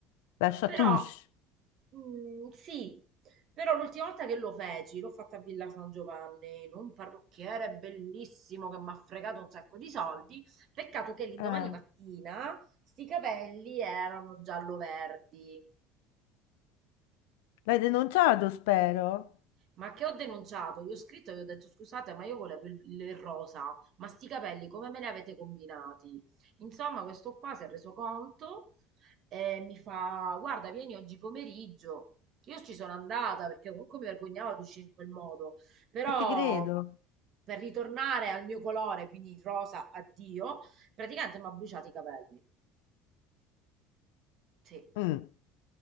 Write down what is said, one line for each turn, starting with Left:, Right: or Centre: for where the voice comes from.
Left: Lascia
Right: Però
Left: touche.
Right: mm, sì, però l'ultima volta che lo feci, l'ho fatta a Villa San Giovanni, in un parrucchiere bellissimo che mi ha fregato un sacco di soldi. Peccato che l'indomani
Left: Eh,
Right: mattina sti capelli erano giallo-verdi.
Left: l'hai denunciato, spero.
Right: Ma che ho denunciato? Io ho scritto e gli ho detto scusate, ma io volevo il, il rosa, ma sti capelli come me li avete combinati? Insomma, questo qua si è reso conto e mi fa guarda, vieni oggi pomeriggio. Io ci sono andata perché comunque mi vergognavo ad uscire in quel modo, però
Left: E ti credo.
Right: per ritornare al mio colore, quindi rosa, addio, praticamente mi ha bruciato i capelli. Sì,
Left: Mm.